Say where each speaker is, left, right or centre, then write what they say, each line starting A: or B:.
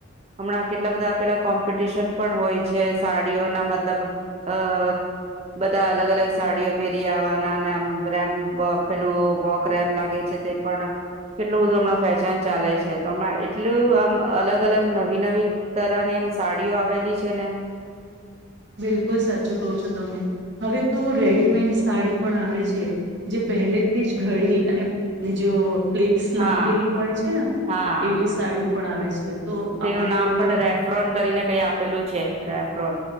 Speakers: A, on the right; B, on the right.
A: હમણાં કેટલા બધા પેલા કોમ્પિટિશન પણ હોય છે સાડીઓ ના મતલબ અ બધા અલગ અલગ સાડીઓ પહેરી આવવાના આમ, રેમ પેલું વોક રેમ લાગે છે તે પણ કેટલું બધું હમણાં ફેશન ચાલે છે તો હમણા એટલું આમ અલગ અલગ નવી નવી તરની આમ સાડીઓ આવેલી છે ને.
B: બિલકુલ સાચું કહો છો તમે, હવે તો રેડીમેડ સાડી પણ આવે છે, જે પહેલેથી જ ઘડી અને બી જો પ્લેટ્સ
A: હા
B: નાખેલી હોય છે ને,
A: હા
B: એવી સાડીઓ પણ આવે છે તો
A: તેનું
B: આપણે
A: નામ
B: કોઈને
A: પણ રેફ્રોન કરીને કઈ આપેલું છે રફ પ્રોન